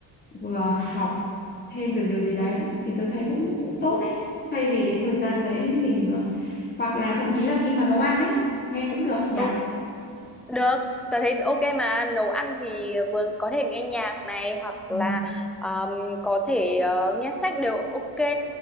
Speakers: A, on the left; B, in the centre.
A: vừa học thêm được điều gì đấy
B: Ừ.
A: thì tớ thấy cũng cũng tốt đấy thay vì cái thời
B: ừ.
A: gian đấy mình uh, hoặc là thậm chí là khi mà nấu ăn đấy nghe cũng được nhỉ
B: Ừ, được, tớ thấy ok mà nấu ăn thì vừa có thể nghe nhạc này hoặc
A: ừ
B: là um, có thể ờ, nghe sách đều ok.